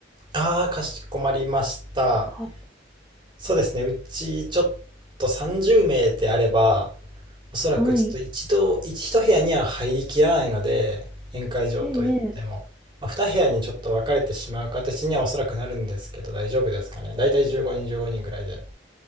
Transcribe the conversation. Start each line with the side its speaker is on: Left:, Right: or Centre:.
Right: ああ、かしこまりました。
Centre: とか、
Right: そうですね。うちちょっと30名であれば、おそらくちょっと一度、
Centre: はい、
Right: 一一部屋には入りきらないので、宴会場といっても、
Centre: ええ
Right: まあ、2部屋にちょっと分かれてしまう形にはおそらくなるんですけど、大丈夫ですかね。だいたい15人、15人ぐらいで。